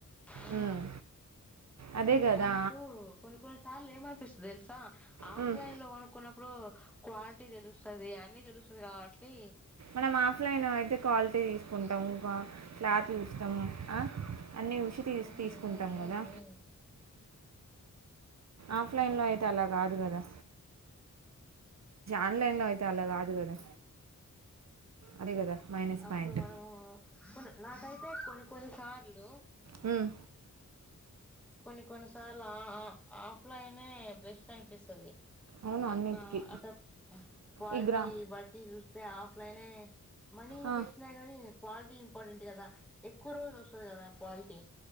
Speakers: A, in the centre; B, on the right.
A: ఆ
B: మ్మ్. అదే కదా
A: మనకు కొన్ని కొన్నిసార్లు అ ఏమ అనిపిస్తుది తె ఎల్ా ఆఫ్లైన్
B: మ్మ్.
A: లోను కొ ఇప్పుడు క్వాలిటీ తెలుస్తుది అన్ని తెలుస్తుంది కాబట్టి
B: మనం ఆఫ్లైన్ అయితే క్వాలిటీ చూసుకుంటాము క్లాత్ చూస్తాము అన్నీ చూసి తీసి
A: ఉమ్
B: తీసుకుంటాం
A: ఉమ్
B: కదా
A: ఉమ్ ఉమ్
B: ఆఫ్లైన్ లో అయితే అలా కాదు కదా ఆన్లైన్ లో అయితే అలా కాదు కదా అదే కదా మైనస్
A: అప్పుడు
B: పాయింట్
A: మనము నాకైతే కొన్ని కొన్నిసార్లు
B: హ్మ్మ్
A: కొన్ని కొన్ని సార్లు ఆఫ్లైన్ బెస్ట్ అనిపిస్తది
B: అవును
A: అక్క
B: అన్నిటికీ
A: అక్క క్వాలిటీ
B: ఈ గ్రా
A: బట్టి చూ ఆఫ్లైనే మనీ
B: ఆ,
A: పెట్టినా గానీ క్వాలిటీ ఇంపార్టెంట్ కదా ఎక్కువ రోజు వస్తది కదా క్వాలిటీ